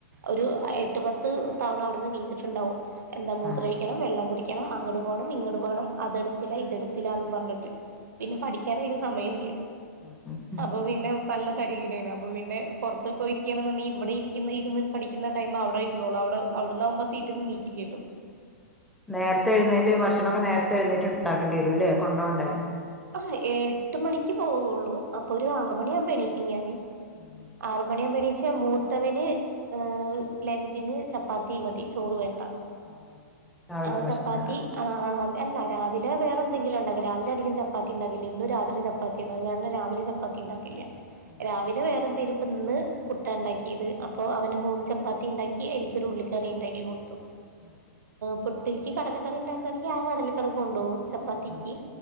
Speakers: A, on the right (about 70°); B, in the centre.
A: ഒരു എട്ട് പത്ത് തവണ അവിടുന്ന് നീച്ചിട്ടുണ്ടാകും എന്താ
B: ഉം
A: മൂത്രഴിക്കണം വെള്ളം കുടിക്കണം അങ്ങോട്ട് പോകണം ഇങ്ങോട്ട് പോകണം അതെടുത്തില്ല ഇതെടുത്തില്ലാന്ന് പറഞ്ഞിട്ട് പിന്നെ പഠിക്കൻ ഒരു സമയം ഇല്ല
B: ആഹ്
A: അപ്പൊ പിന്നെ നല്ല തരികീടാണ് അപ്പൊ പിന്നെ പുറത്ത് പോയിരിക്കുകയാണെന്നുണ്ടെങ്കിൽ ഇവിടെ ഇരിക്കുന്ന ഇരുന്ന് പഠിക്കുന്ന ടൈമ് അവിടെ ഇരുന്നോളും അവിടെവിടന്നാവകുമ്പോ സീറ്റ്ന്ന് നിണീക്കില്ലല്ലോ
B: നേരത്തെ എഴുനേറ്റ് ഭക്ഷണമൊക്കെ നേരത്തെ എഴുന്നേറ്റ് ഉണ്ടാക്കേണ്ടി വരൂല്ലേ കൊണ്ടോവണ്ടേ
A: ആ എട്ട് മണിക്ക് പോവുള്ളൂ അപ്പൊ ഒരു ആറ് മണിയാമ്പോ എണീക്കും ഞാന്
B: ആഹ്
A: ആറ് മണിയാപ്പം പേണീച്ച മൂത്തവന് ഹ ലഞ്ചിന് ചപ്പാത്തി മതി ചോറ് വേണ്ട
B: ആ രാവിലത്തെ
A: ആ ചപ്പാത്തി
B: ഭക്ഷണം തന്നെ മതി
A: ആഹ് അതേ അല്ല രാവില വേറെന്തെങ്കിലും ഉണ്ടാക രാവിലധികം ചാത്തി ഉണ്ടാവില്ല ഇന്ന് രാത്രി ച ചപ്പാത്തിഅത് കാരണം രാവിലെ ചപ്പാത്തി ഉണ്ടാക്കില്ല
B: ഉം
A: രാവിലെ
B: ഉം
A: വേറെ എന്തേലും ഇപ്പൊന്ന് പുട്ട ഉണ്ടാക്കിയത്
B: ഉം
A: അപ്പോൾ അവന് മൂന്ന് ചപ്പാത്തി ഉണ്ടാക്കി അതിക്കൊരു ഉള്ളിക്കറി ഉണ്ടാക്കി കൊടുത്തു
B: ആഹ് ശരി
A: പുട്ടില്ക്ക് കടലക്കറി ഉണ്ടാക്കാണെങ്കിൽ ആ കടലക്കറി കൊണ്ടോകും ചപ്പാത്തിക്ക്
B: ഉം